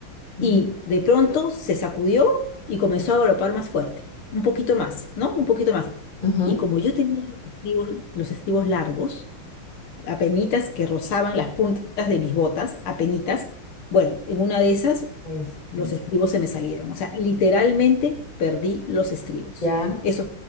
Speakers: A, on the left; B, on the left.
A: ujú,
B: y de pronto se sacudió y comenzó a galopar más fuerte, un poquito más, ¿no? Un poquito más.
A: Ajá.
B: Y como yo tenía los estribos, los estribos largos, apenitas que rozaban las puntas de mis botas, apenitas, bueno, en una de esas
A: Ay, sí,
B: los
A: ya.
B: estribos se me salieron. O sea, literalmente perdí los estribos.
A: Ya
B: Eso